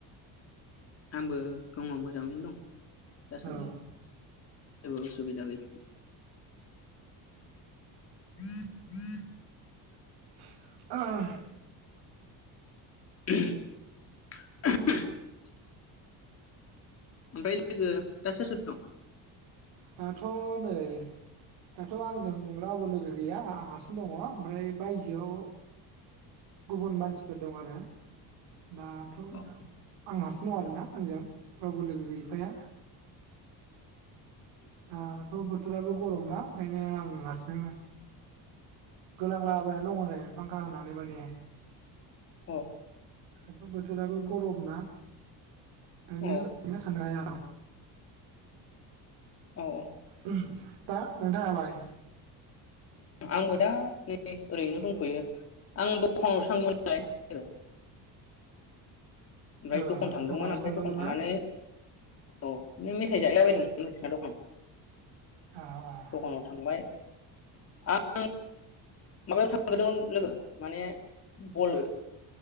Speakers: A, on the left (about 35°); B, on the right (about 85°).
A: आंबो दङ मोजाङैनो दं। दा सों
B: औ
A: दे। जेबो सुबुबिदा गै <unintelligible> <unintelligible>
B: <unintelligible>
A: <unintelligible> ओमफ्राय लोगो दा सोर सोर दं?
B: दाथ' नै दाथ' आंजों रावबो लोगो गैया आं हारसिं दङ ओमफ्राय बायजोआव गुबुन मानसिफोर दं आरो। दाथ'
A: दं?
B: आं हारसिं दं आरो ना आंजों रावबो लोगो गैफाया। दाथ' बोथोराबो गरम ना ओंखायनो आं हारसिं गोलांलाबायनानै दङ नै फांखा होनानै माने।
A: अ।
B: दाथ' बोथोराबो गरम ना। ओंखायनो
A: औ
B: थानो हाया।
A: औ
B: <inaudible> दा नोंथाङालाय?
A: आंबो दा नै ओरैनो दंथ'यो आं दखानावसो <unintelligible> ओमफ्राय
B: ओ
A: दखान थांदोंमोन
B: दखानावसो
A: ओमफ्राय दखान थांनानै
B: ना
A: औ बिनो मेथाइ जायलाबायदोंमोन <unintelligible> दखान
B: औ
A: दखानाव थांबाय। आं माबायाव थांग्रोदों लोगो माने बल